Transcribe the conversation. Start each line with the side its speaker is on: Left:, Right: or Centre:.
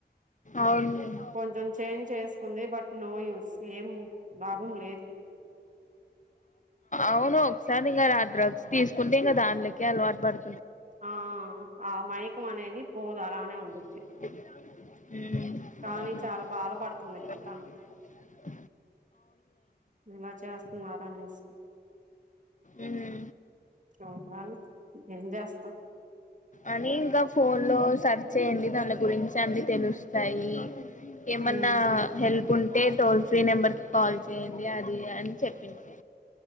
Left: అవునులే
Right: కొంచెం చేంజ్ చేసుకుంది బట్ నో యూస్ ఏం లాభం లేదు
Left: అవును డ్రగ్స్ తీసుంటే ఇంకా దానిలోకే అలవాటు పడు
Right: ఆ ఆ మైకం అనేది పోదు అలానే ఉండు
Left: ఉ
Right: కానీ చాలా బాధపడుతుంది ఇప్పుడు తను ఇలా చేస్తున్నారనేసి
Left: ఉ హు
Right: శోభాను ఏం జేస్త
Left: అని ఇంకా ఫోన్ లో సెర్చ్ చేయ్యండి దాన్లే గురించి అన్ని తెలుస్తాయి ఏమన్నా
Right: ఉమ్
Left: హెల్ప్ ఉంట్ టే టోల్ ఫ్రీ నెంబర్ కి కాల్ చేయ్యడి అది అని చెప్పింది